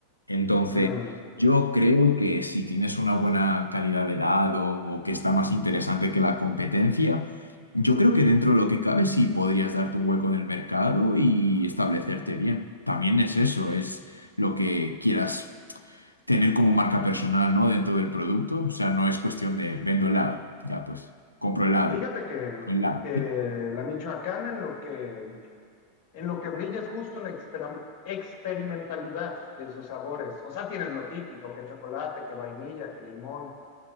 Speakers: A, on the left (about 85°); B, on the left (about 40°).
A: Entonces,
B: Mm,
A: yo creo que si tienes una buena calidad de helado o que está más interesante que la competencia, yo creo que dentro de lo que cabe sí podrías darte un hueco en el mercado y establecerte bien. También es eso, es lo que quieras tener como marca personal, ¿no? Dentro del producto. O sea, no es cuestión de vendo helado. Ya, pues, compro helado.
B: Fíjate que,
A: compro Helado.
B: que la Michoacana en lo que En lo que brilla es justo en la expera- experimentalidad de sus sabores. O sea, tienes lo típico, que chocolate, que vainilla, que limón.